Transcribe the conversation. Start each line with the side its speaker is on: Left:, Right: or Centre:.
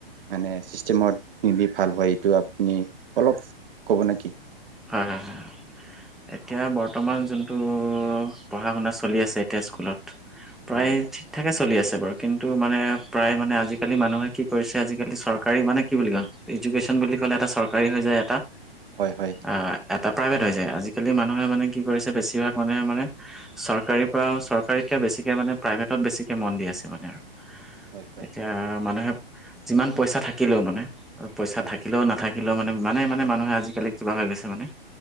Right: মানে ছিষ্টেমত দিলি ভাল হয় এইটো আপুনি অলপ ক'ব নে কি
Centre: হয় হয় এতিয়া বৰ্তমান যোনটো পঢ়া শুনা চলি আছে এতিয়া স্কুলত প্ৰায়
Right: হয়,
Centre: ঠিক থঠাকে আছে চলি আছে বাৰু কিন্তু মানে প্ৰায় মানে আজিকালি মানুহে কি কৰিছে আজিকালি চৰকাৰী মানে কি বুলি কয় ইডুকেশ্যন বুলি কলে এটা চৰকাৰী হৈ যায় এটা
Right: হয়, হয়,
Centre: অ এটা প্ৰাইভেট হৈ যায় আজিকালি মানুহে মানে কি কৰিছে বেছিভাগ মানুহে মানে চৰকাৰী পৰা চৰকাৰীতকে বেছি ছিকে মানে প্ৰাইভেটত বেছিকে মন দি আছে মানে আৰু
Right: হয়, হয়,
Centre: এতিয়া মানুহে যিমান পইচা থাকিলেও মানে পইচা
Right: হয়,
Centre: থাকিলেও নাথাকিলেও মানে ইমানে মানে মানুহে আজিকালি কিবা হৈ গৈছে মানে